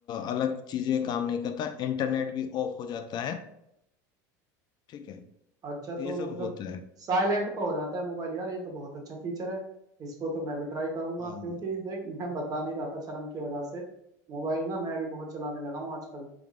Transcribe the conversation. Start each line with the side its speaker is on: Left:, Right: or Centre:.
Left: अलग चीजें काम नहीं करता इंटरनेट भी ऑफ हो जाता है ठीक है
Right: अच्छा
Left: तो
Right: तो
Left: ये सब
Right: मतलब
Left: होता है
Right: साइलेंट पे हो जाता है मोबाइल यार ये तो बहुत अच्छा फीचर है इसको तो मैं भी ट्राई करूंगा
Left: हाँ
Right: क्योंकि देख मैं बता नहीं रहा था शर्म की वजह से मोबाइल ना मैं भी बहुत चलाने लगा हूँ आजकल